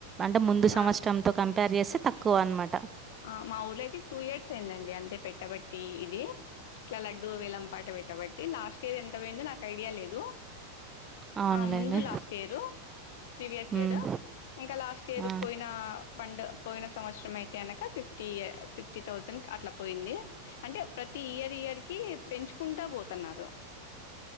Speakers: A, on the right; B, on the left.
A: అంటే ముందు సంవత్సరంతో
B: ఆ
A: కంపేర్ చేస్తే తక్కువ అనమాట
B: ఆ మా ఊర్లో టూ ఇయర్స్ అయిందండి అంతే పెట్టబట్టి ఇది ఇట్లా లడ్డూ వీలం పాట పెట్టబట్టి తె లాస్ట్ ఇయర్ ఎంత పోయిందో నాకు ఐడియా లేదు
A: అవునులేండి
B: ఆ ముందు లాస్ట్ ఇయరు ప్రీవియస్
A: ఉమ్.
B: ఇయర్ ఇంకా లాస్ట్ ఇయర్
A: ఆ.
B: పోయిన పండు పోయిన సంవత్సరం అయితే అనక ఫిఫ్ ఫ్టీ యే ఫిఫ్టీ థౌజండ్క్ అట్లా పోయింది అంటే ప్రతి ఇయర్ ఇయర్ కి పెంచుకుంటా పోతన్నారు